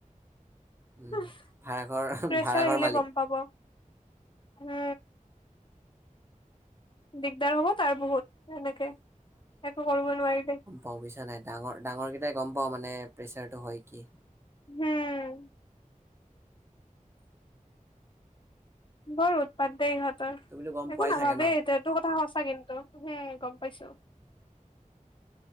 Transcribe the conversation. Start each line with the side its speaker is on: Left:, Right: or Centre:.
Right: উম
Left: প্ৰেছৰা
Right: ভাড়াঘৰ ভাড়াঘৰ
Left: আহিলে
Right: মালিক
Left: গম পাব, উম। দিগদাৰ হ'ব তাৰ বহুত এনেকে একো কৰিব নোৱাৰিলে।
Right: বুইছানে ডাঙৰ ডাঙৰ কেইটাই গম পাওঁ মানে প্ৰেছাৰতটো হয় কি।
Left: হুম। বৰ উৎপাত দে ইহঁতৰ,
Right: তুমিতো গম
Left: একো
Right: পোৱাই
Left: নাভাবেই।
Right: চাগে ন
Left: এইটো কথা সঁচা কিন্তু হুম গম পাইছো।